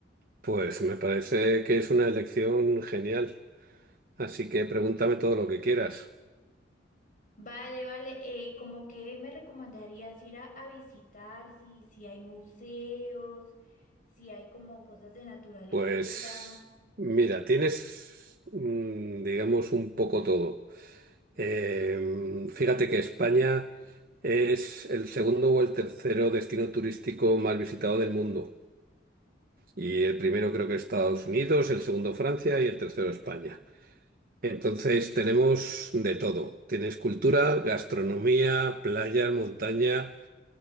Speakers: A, on the right; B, on the left.
A: Pues me parece que es una elección genial, así que pregúntame todo lo que quieras.
B: Vale, vale. eh, ¿cómo que me recomendarías ir a, a visitar? Si, si hay museos, si hay como cosas de naturaleza.
A: Pues mira, tienes, mm, digamos, un poco todo. Eh, fíjate que España es el segundo o el tercero destino turístico más visitado del mundo. Y el primero creo que es Estados Unidos, el segundo Francia y el tercero España. Entonces tenemos de todo. Tienes cultura, gastronomía, playas, montaña,